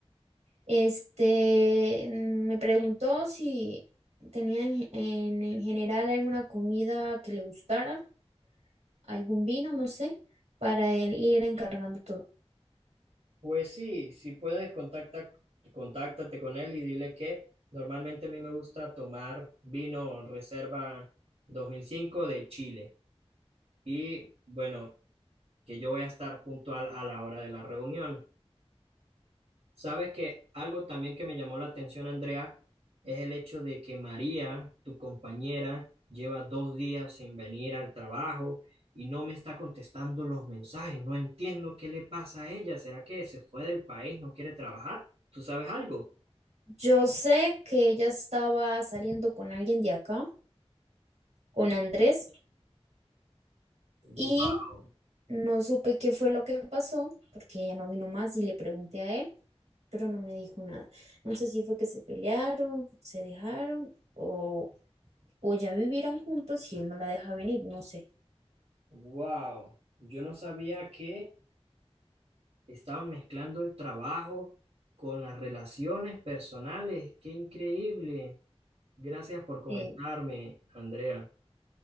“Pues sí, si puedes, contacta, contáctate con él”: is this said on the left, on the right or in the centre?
Right